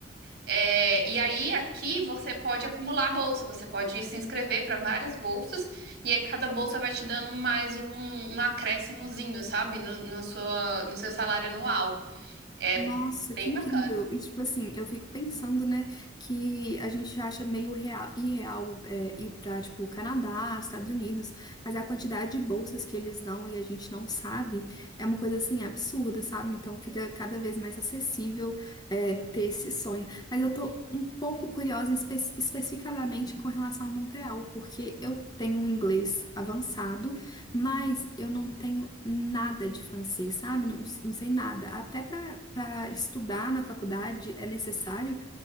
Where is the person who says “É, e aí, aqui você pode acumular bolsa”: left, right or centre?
Right